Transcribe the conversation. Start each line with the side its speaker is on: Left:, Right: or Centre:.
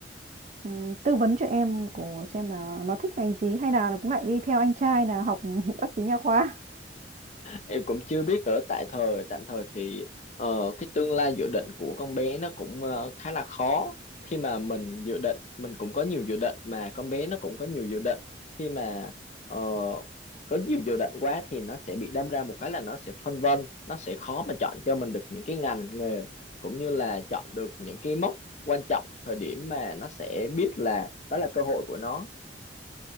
Right: ừm, tư vấn cho em của xem là nó thích ngành gì hay là nó cũng lại đi theo anh trai là học <laughs> bác sĩ nha khoa.
Left: em cũng chưa biết nữa tại thời tạm thời thì ờ, cái tương lai dự định của con bé nó cũng ờ, khá là khó khi mà mình dự định mình cũng có nhiều dự định mà con bé nó cũng có nhiều dự định khi mà ờ, có nhiều dự định quá thì nó sẽ bị đâm ra một cái là nó sẽ phân vân nó sẽ khó mà chọn cho mình được những cái ngành nghề cũng như là chọn được những cái mốc quan trọng thời điểm mà nó sẽ biết là đó là cơ hội của nó